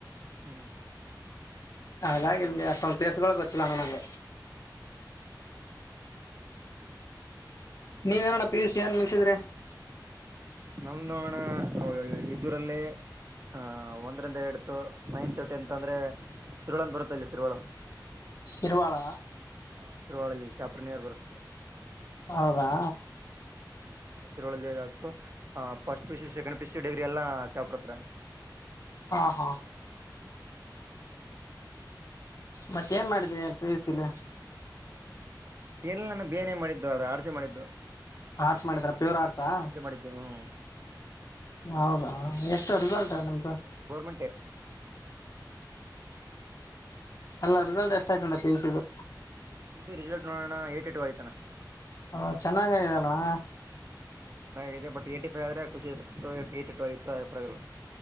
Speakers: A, on the right; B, on the left.
A: ಹ್ಮ್
B: ಹಾಗಾಗಿ ಇಲ್ಲಿ ಅಷ್ಟೊಂದು ಪ್ಲೇಸ್ಗಳು ಗೊತ್ತಿಲ್ಲಣ ನಂಗೆ
A: ಹಾ ಹೌದ
B: ನೀವ ಏನಣ್ಣ ಪಿ. ಯು. ಸಿ ಏನ್ ಮುಗ್ಸಿದ್ರೀ
A: ನಮ್ದ ನೋಡಣ್ಣ ಇದ್ದುರಲ್ಲೆ ಹ ಒಂದ್ರಂದ ಎಟ್ತ್ತು ನೈನ್ತ್ ಟೆಂತ್ ಅಂದ್ರೆ ಶಿರ್ವಳ ಬರುತ್ತೆ ಇಲ್ಲಿ ಶಿರ್ವಳ.
B: ಶಿರ್ವಾಳ.
A: ಹಾ ಶಿರುವಳಲ್ಲಿ ಶಾಪ್ರ ನಿಯರ್ ಬರುತ್ತೆ.
B: ಹೌದಾ.
A: ಹ್ಮ್. ಹ್ಮ್ ಶಿರ್ವಳ್ ಅಲ್ಲಿ ಅಯ್ತು ಹಾ first P. U. C second P. U. C degree ಎಲ್ಲಾ ಶಾಪುರ್ ಹತ್ರ.
B: ಹಾ ಹಾ ಮತ್ತ ಏನ್ ಮಾಡಿದ ಪಿಯುಸಿ ಎಲ್ಲಾ.
A: ಎಲ್ಲ ನನ ಬಿ. ಎ ನೆ ಮಾಡಿದ್ದು ಅದ ಆರ್ಟ್ಸ್ ಹೆ ಮಾಡಿದ್ದು.
B: ಆರ್ಟ್ಸ್ ಮಾಡಿದ್ರ ಪ್ಯೂರ್ ಆರ್ಟ್ಸಾ ಹಾ
A: ಆರ್ ಸಿ ಮಾಡಿದ್ದು ಹ್ಮ್.
B: ಹೌದಾ
A: ಒಂದು ಏಟ್
B: ಎಷ್ಟು ರಿಸಲ್ಟ್
A: ಹ್ಮ್
B: ನಿಮ್ಮದು.
A: ಗೌರ್ಮೆಂಟೇ
B: ಅಲ್ಲ ರಿಸಲ್ಟ್ ಎಷ್ಟ ಆಯ್ತಾ ಅಂತ ಪಿ. ಯು. ಸಿ ದು.
A: ಪಿ. ಯು. ಸಿ ರಿಸಲ್ಟ್ ನೋಡೋಣ ಯ್ಯೆಟಿ ಟು ಆಯ್ತ್ ಅಣ
B: ಹ ಚೆನ್ನಾಗ ಆಗಿದೆ ಅಲ್ಲಾಣ.
A: ಹ್ಮ್ ಚೆನ್ನಾಗಿದೆ ಬಟ್ ಏಟಿ ಫೈವ ಆದ್ರ ಖುಷಿ ಇತ್ತು ಏಟಿ ಟು ಆಗಿತ್ತು ಪರವಾಗಿಲ್ಲ.